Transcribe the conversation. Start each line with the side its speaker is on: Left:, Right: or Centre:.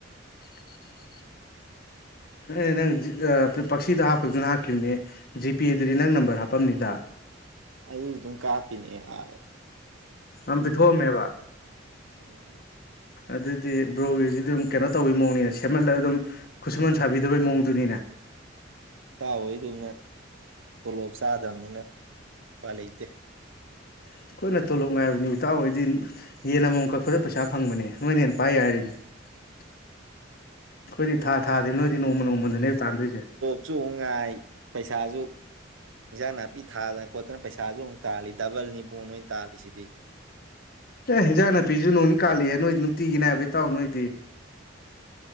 Left: <inaudible> ꯑꯦ ꯅꯪ ꯄꯛꯁꯤꯗ ꯍꯥꯞꯄꯗꯨꯅ ꯍꯥꯞꯈꯤꯕꯅꯦ ꯖꯤꯄꯦꯗꯨꯗꯤ ꯅꯪ ꯅꯝꯕꯔ ꯍꯥꯞꯄꯝꯅꯤꯗ
Right: ꯑꯗꯨ ꯑꯗꯨꯝ ꯀꯥꯞꯄꯤꯅꯦ ꯑꯥ
Left: ꯑ ꯄꯤꯊꯣꯑꯃꯦꯕ
Right: ꯎꯝ
Left: ꯑꯗꯨꯗꯤ ꯕ꯭ꯔꯣꯒꯤꯁꯤꯗꯤ ꯑꯗꯨꯝ ꯀꯩꯅꯣ ꯇꯧꯋꯤ ꯃꯑꯣꯡꯅꯤ ꯁꯦꯝꯍꯜꯂꯒ ꯑꯗꯨꯝ ꯈꯨꯠꯁꯨꯃꯟ ꯁꯥꯕꯤꯗꯕꯩ ꯃꯑꯣꯡꯗꯨꯅꯤꯅꯦ
Right: ꯇꯥꯎꯑꯣꯏꯗꯧꯅ ꯇꯣꯂꯣꯞ ꯆꯥꯗꯕꯅꯤꯅ ꯎꯄꯥꯥꯏ ꯂꯩꯇꯦ
Left: ꯑꯩꯈꯣꯏꯅ ꯇꯣꯂꯣꯞ ꯉꯥꯏꯕꯅꯤ ꯏꯇꯥꯎꯣꯏꯗꯤ ꯌꯦꯟ ꯑꯃꯃꯝ ꯀꯛꯄꯗ ꯄꯩꯁꯥ ꯐꯪꯕꯅꯦ ꯅꯣꯏꯅ ꯍꯦꯟꯅ ꯄꯥꯏ ꯌꯥ ꯍꯥꯏꯔꯤꯅꯤ ꯑꯩꯈꯣꯏꯗꯤ ꯊꯥ ꯊꯥꯗ ꯅꯣꯏꯗꯤ ꯅꯣꯡꯃ ꯅꯣꯡꯃꯗꯅꯦ ꯑ ꯇꯥꯟꯗꯣꯏꯁꯦ
Right: ꯁꯨꯉꯥꯏ ꯄꯩꯁꯥꯁꯨ ꯏꯟꯖꯥꯡ ꯅꯥꯄꯤ ꯊꯥꯗꯅ ꯈꯣꯠꯇꯅ ꯄꯩꯁꯥꯁꯨ ꯑꯃꯨꯛ ꯇꯥꯜꯂꯤ ꯗꯕꯜ ꯅꯤꯕꯣꯟ ꯑꯣꯏꯅ ꯇꯥꯜꯂꯤ ꯁꯤꯗꯤ
Left: ꯑꯦ ꯍꯤꯟꯖꯥꯡ ꯅꯥꯄꯤꯁꯨ ꯅꯣꯡꯅꯤ ꯀꯥꯂꯛꯑꯦ ꯅꯣꯏ ꯅꯨꯡꯇꯤꯒꯤꯅꯦ ꯍꯥꯏꯕꯩ ꯇꯥꯎ ꯅꯣꯏꯗꯤ